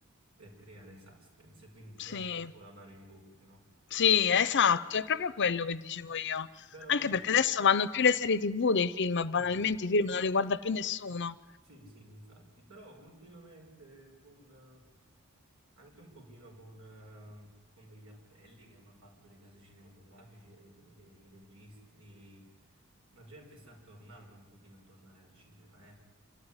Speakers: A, on the right; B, on the left.
A: per creare suspense, quindi ti
B: sì,
A: lascia un po' l'amaro in bocca, no?
B: sì, esatto, è proprio quello che dicevo io.
A: Però
B: Anche
A: la...
B: perché adesso vanno più le serie TV dei film,
A: Esatto,
B: banalmente i film
A: sì,
B: non li guarda più nessuno.
A: sì, sì, infatti, però ultimamente con... Anche un pochino con, ehm, con degli appelli che hanno fatto le case cinematografiche, i, i registi. La gente sta tornando un pochino a tornare al cinema, eh.